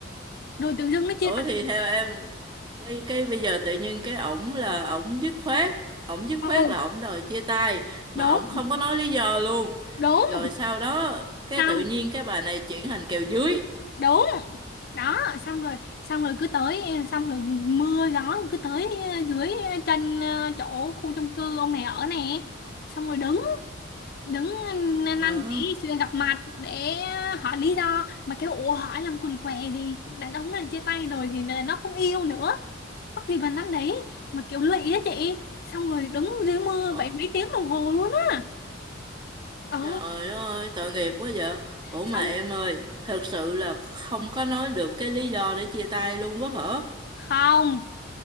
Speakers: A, on the left; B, on the right.
A: rồi tự dưng nó chia
B: ủa
A: tay
B: thì theo em cái cái bây giờ tự nhiên cái ổng là ổng dứt khoát ổng dứt
A: nhau
B: khoát
A: luôn
B: là ổng đòi chia tay
A: đúng
B: mà ổng không có nói lý do luôn
A: đúng
B: rồi sau đó cái
A: xong
B: tự nhiên cái bà này chuyển thành kèo dưới
A: đúng đó xong rồi xong rồi cứ tới xong rồi mưa gió cứ tới ờ, dưới ờ, chân ờ, chỗ khu chung cư ông này ở nè xong rồi đứng đứng ờ, năn
B: Ờ.
A: năn chỉ xưa gặp mặt để ờ, hỏi lý do mà kêu ủa hỏi làm quần què gì đàn ông này chia tay rồi thì là nó không yêu nữa mắc gì vào năn đấy mà kiểu lụy á chị xong rồi đứng dưới mưa
B: Ờ,
A: vậy mấy tiếng đồng hồ luôn á ờ
B: trời ơi tội nghiệp quá vậy ủa
A: xong
B: mà em ơi thật sự là không có nói được cái lý do để chia tay luôn quá hả
A: không